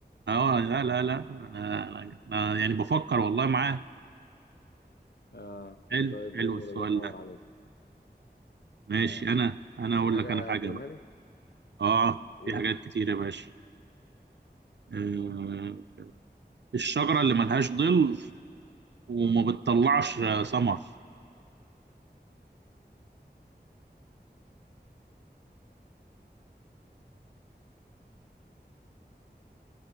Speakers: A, on the right; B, on the left.
A: اه
B: اه
A: لا لا لا انا أنا- أنا يعني بفكر والله معاه
B: اه
A: حلو
B: طيب
A: حلو
B: جميل
A: السؤال
B: الله ينور
A: ده
B: عليك
A: ماشي
B: اه
A: انا انا
B: في
A: اقول
B: حاجه
A: لك انا حاجه
B: تقولها
A: بقى
B: لي
A: اه
B: قول
A: في حاجات كتير يا باشا آه الشجرة اللي ملهاش ظل وما بتطلعش ثمر